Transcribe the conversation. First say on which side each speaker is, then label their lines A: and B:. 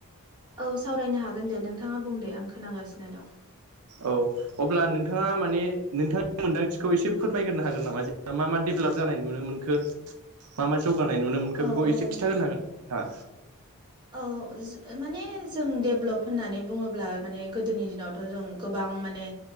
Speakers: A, on the right; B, on the right.
A: औ सावरायनो हागोन दे नोंथाङा बुं दे आं खोनागासिनो दं।
B: औ अब्ला नोंथाङा माने नोंथांनि मोनदांथिखौ एसे फोरमायग्रो हागोन नामा जे मा मा डेभेलप जानाय नुनो मोनखो मा मा जौगानाय नुनो मोनखो
A: औ
B: बेखौ एसे
A: औ
B: खिथागोर हांगोन नोंथाङा
A: औ ज माने जों डेभ्लप होननानै बुङोब्ला माने गोदोनि दिनावथ' जों गोबां माने